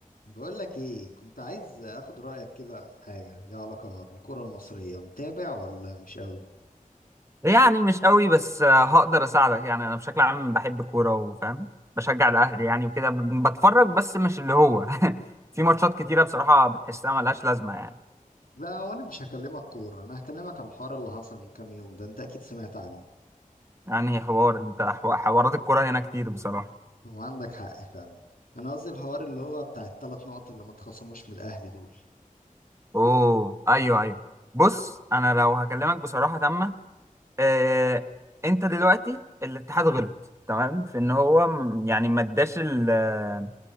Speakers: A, on the left (about 80°); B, on the right (about 20°).
A: بقول لك ايه كنت عايز اخد رايك كده في حاجه ليها علاقه بالكره المصريه متابع ولا مش قوي
B: يعني مش قوي بس آه، هقدر اساعدك يعني انا بشكل عام بحب الكوره وفاهم بشجع الاهلي يعني وكده ب- بتفرج بس مش اللي هو <laughs> في ماتشات كتيره بصراحه بتحسها ملهاش لازمه يعني
A: لا وانا مش هكلمك كوره انا هكلمك على الحوار اللي حصل من كام يوم ده انت اكيد سمعت عنه
B: يعني حوار انت حو- حوارات الكوره هنا كتير بصراحه
A: هو عندك حق فعلا انا قصدي الحوار اللي هو بتاع الثلاث نقط اللي ما اتخصموش من الاهلي دول
B: اوه ايوه ايوه بص انا لو هكلمك بصراحه تامه آه، انت دلوقتي الاتحاد غلط تمام في ان هو م- يعني ما اداش ال- آه،